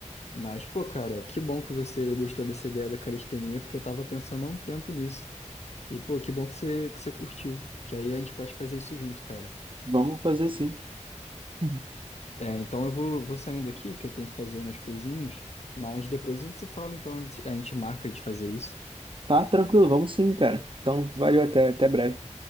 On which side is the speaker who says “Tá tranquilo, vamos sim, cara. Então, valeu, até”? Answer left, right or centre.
Right